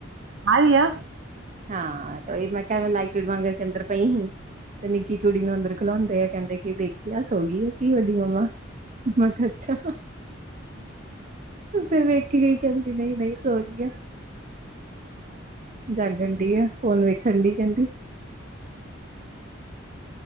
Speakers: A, on the right (about 65°); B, on the right (about 40°).
A: ਆ ਰਹੀ ਆ।
B: ਹਾਂ, ਇਹ ਮੈਂ ਕਿਹਾ ਲਾਈਟ -ਲੂਇਟ ਬੰਦ ਕਰਕੇ ਅੰਦਰ ਪਈ ਸੀ। ਇਹ ਨਿੱਕੀ ਕੁੜੀ ਨੂੰ ਅੰਦਰ ਖਿਲਾਉਂਦੇ ਆ, ਕਹਿੰਦੇ ਕਿ, ਦੇਖ ਕੇ ਆ ਸੋ ਗਈ ਆ, ਕੀ ਵੱਡੀ ਮੰਮਾ। ਮੈਂ ਕਿਹਾ ਅੱਛਾ।
A: ਹੂੰ ਹੂੰ।
B: ਫਿਰ ਵੇਖ ਕੇ ਗਈ, ਕਹਿੰਦੀ ਨਹੀਂ-ਨਹੀਂ ਸੋਹਰੀ ਆ, ਜਾਗ ਦੇ ਨੇ ਦੀ ਆ, ਹੁਣ ਵੇਖਣ ਗਈ ਕਹਿੰਦੀ
A: <inaudible>